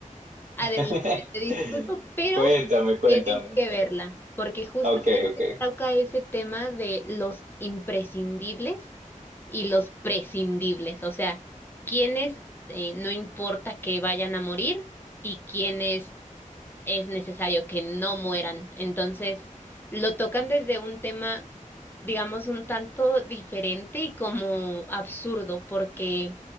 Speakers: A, on the left; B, on the right.
A: Adelante,
B: <laughs>
A: te disculpo, pero
B: cuéntame, cuéntame,
A: tienes que
B: cuéntame.
A: verla, porque justamente
B: Ok, ok.
A: toca ese tema de los imprescindibles y los prescindibles, o sea, quienes eh, no importa que vayan a morir y quienes es necesario que no mueran. Entonces, lo tocan desde un tema, digamos, un tanto diferente y como absurdo, porque